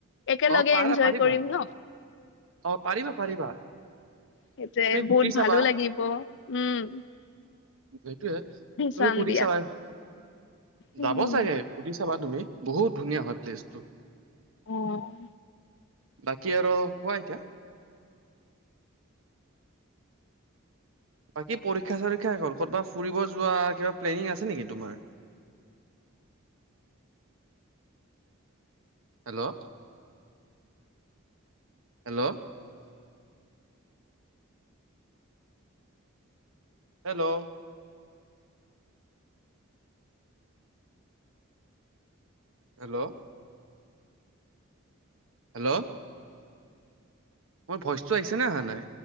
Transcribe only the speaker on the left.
একেলগে
এনজয়
কৰিম ন
সেইটোোৱয়ে
বহুত
ভালো লাগিব উম
চাম
দিয়া
উম
অ
আ